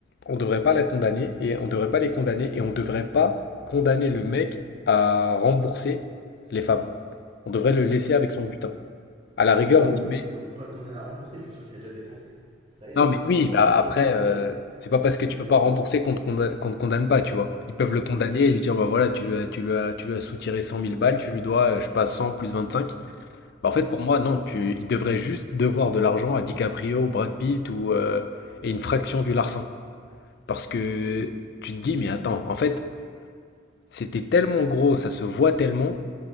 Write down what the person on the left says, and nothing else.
on ne devrait pas la condamner et on ne devrait pas les condamner et on ne devrait pas condamner le mec à rembourser les femmes. On devrait le laisser avec son butin.
À la rigueur,
on
lui met.
Non,
mais oui,
bah
après,
euh,
c'est pas parce
que tu
peux
pas
rembourser
qu'on te condamne, qu'on te condamne pas, tu vois. Ils peuvent
le condamner
et lui dire, bah voilà, tu lui as, tu lui as- tu lui as soutiré cent mille balles, tu lui dois, euh, je sais pas, 100 plus 25. Bah,
en fait,
pour moi, non, tu, il devrait juste devoir de l'argent à DiCaprio ou Brad Pitt ou, euh, et une fraction du larcin. Parce que tu te dis, mais attends, en fait, c'était tellement gros, ça se voit tellement,